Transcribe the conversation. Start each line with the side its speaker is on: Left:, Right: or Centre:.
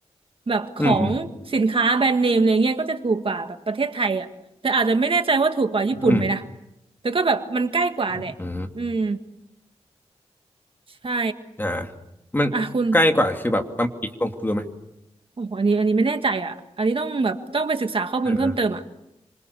Right: แบบของสินค้าแบรนด์เนมอะไรเงี้ยก็จะถูกกว่าแบบประเทศไทยอะแต่อาจจะไม่แน่ใจว่าถูกกว่าญี่ปุ่นไหมนะ
Left: อืมอืมอืม
Right: แต่ก็แบบมันใกล้กว่าแหละอืม
Left: อืม
Right: ใช่
Left: อ่ามันใกล้กว่าคือแบบประมาณกี่ชั่วโมงคุณรู้ไหม
Right: อ่ะคุณโอ้โหอันนี้อันนี้ไม่แน่ใจอ่ะอันนี้ต้องแบบต้องไปศึกษาข้อมูลเพิ่มเติมอ่ะ
Left: อ่า